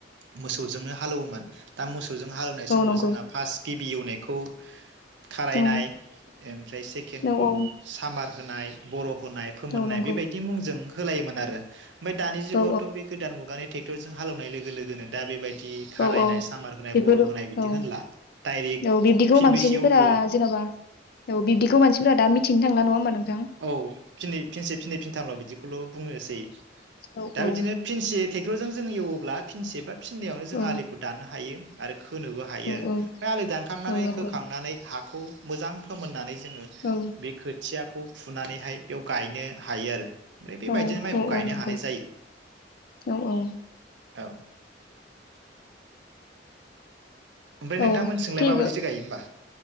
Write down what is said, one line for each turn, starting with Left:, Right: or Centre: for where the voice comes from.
Right: मोसौजोंनो हालौवोमोन दा मोसौ हालौनाय समाव
Left: औ नंगौ
Right: जोंहा फास्ट गिबि एवनायखौ खारायनाय
Left: औ
Right: ओमफ्राय सेकेणडखौ
Left: औ औ
Right: सामार होनाय बर' गनाय फोमोननाय
Left: औ नंगौ
Right: बेबायदि मुंजों होलायोमोन आरो ओमफाय दानि जुगावथ'
Left: औ
Right: बे गोदान मुगानि ट्रेक्टरजों हालवनाय लोगो लोगोनो दा बेबायदि दि खारायनाय
Left: औ औ
Right: सामार होनाय
Left: बेफोर
Right: बर' होनाय बिदि
Left: औ
Right: होनला डाइरेक्ट
Left: औ बिब्दिखौ
Right: फिनबेसे
Left: मानसिफोरा
Right: एवखो
Left: जेन'बा औ बिब्दिखौ मानसिफोरा दा मिथिनो थां <unintelligible>
Right: औ फिनै फिनसे फिनै फिनथामल' बिदिखौल' बुंनोसै
Left: औ
Right: दा
Left: औ
Right: बिदिनो फिनसे टेक्टरजों जों एवोबब्ला फिनसेब बा फिननायावनो जों
Left: औ
Right: आलिखौ दाननो हायो आरो खोनोबो हायो
Left: औ
Right: आरो
Left: औ
Right: फ्राय आलि दानखांनानै
Left: औ नंगौ
Right: खोखांनानै हा खौ मोजां फोमोननानै जोङो
Left: औ
Right: बे खोर थियाखौ फुनानैहाय बेयाव गायनो हायो आरो ओमफ्राय बेबायदिनो
Left: औ
Right: माइखौ
Left: औ
Right: गायनो
Left: औ नंगौ
Right: हानाय जायो
Left: औ औ
Right: औ ओमफाय नोंथांमोन
Left: औ
Right: सोंलाय
Left: थिग
Right: माबायदिसो गायो होमबा?